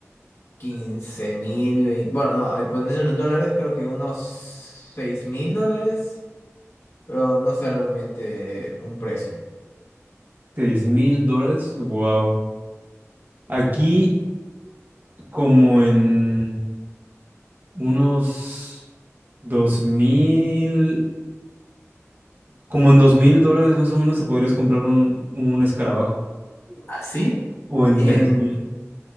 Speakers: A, on the left (about 60°); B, on the right (about 40°).
A: quince mil, veinte. bueno, no, eh, poniéndolo en dólares, creo que unos seis mil dólares, pero no sé realmente un precio.
B: seis mil dólares. Wow. Aquí como en unos dos mil, como en dos mil dólares más o menos te podrías comprar un, un escarabajo.
A: Así,
B: O en
A: en,
B: tres mil.